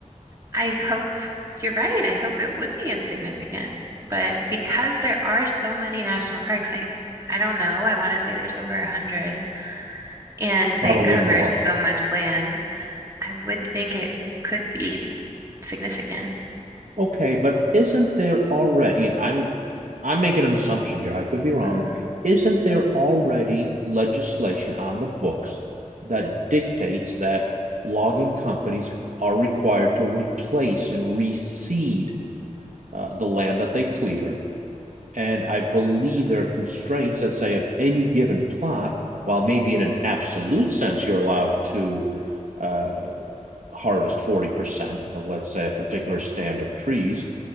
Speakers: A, on the right (about 25°); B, on the right (about 70°).
A: I hope you're right. I hope it would be insignificant. But because there are so many national parks, I, I don't know. I want to say there's over 100 and they
B: Probably
A: cover
B: more.
A: so much land. I would think it could be significant.
B: Okay, but isn't there already, and I'm I'm making an assumption here, I could be wrong,
A: hmm
B: isn't there already legislation on the books that dictates that logging companies are required to replace and reseed uh, the land that they clear? And I believe there are constraints that say of any given plot, while maybe in an absolute sense you're allowed to uh, harvest 40% of, let's say, a particular stand of trees,